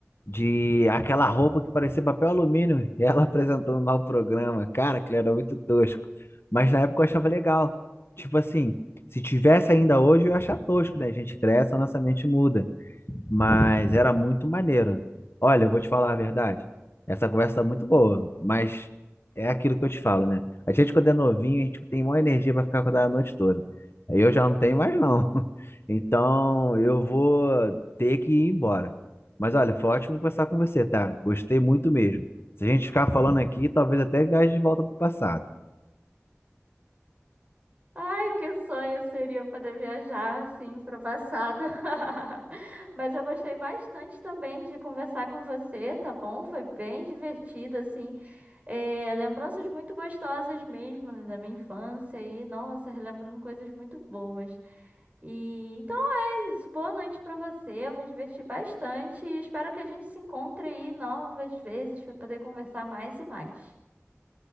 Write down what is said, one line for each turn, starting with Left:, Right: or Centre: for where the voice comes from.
Left: de aquela roupa que parecia papel alumínio, e ela <laughs> apresentando lá o programa. Cara, aquilo era muito tosco. Mas na época eu achava legal. Tipo assim, se tivesse ainda hoje, eu ia achar tosco, né? A gente cresce, a nossa mente muda. Mas era muito maneiro. Olha, eu vou te falar a verdade. Essa conversa tá muito boa, mas é aquilo que eu te falo, né? A gente, quando é novinho, a gente tem maior energia para ficar acordado a noite toda. Aí Eu já não tenho mais, não. <laughs> Então, eu vou ter que ir embora. Mas olha, foi ótimo conversar com você, tá? Gostei muito mesmo. Se a gente ficar falando aqui, talvez até viaje de volta pro passado.
Right: Ai, que sonho seria poder viajar assim para o passado. <laughs> Mas eu gostei bastante também de conversar com você, tá bom? Foi bem divertido, assim. É, lembranças muito gostosas mesmo, né, da minha infância e, nossa, relembrando coisas muito boas. E então é isso. Boa noite para você. Eu me diverti bastante e espero que a gente se encontre aí novas vezes para poder conversar mais e mais.